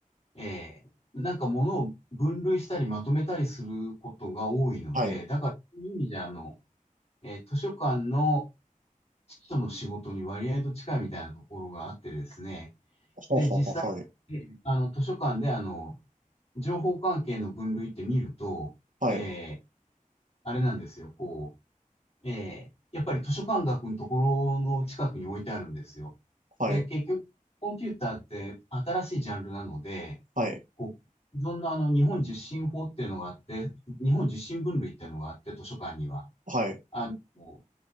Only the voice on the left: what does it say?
ええ、なんか物を分類したりまとめたりすることが多いので、
だからそういう意味じゃ、あの、えー図書館の司書の仕事に割合と近いみたいなところがあってですね、
で、実際、
えーあの、図書館であの、情報関係の分類って見ると、
えーあれなんですよ、こう、ええ、やっぱり図書館学のところの近くに置いてあるんですよ。
で、結局、コンピューターって新しいジャンルなので、
こう、既あの、日本受信法っていうのがあって、日本受信分類っていうのがあって、図書館には。
あの、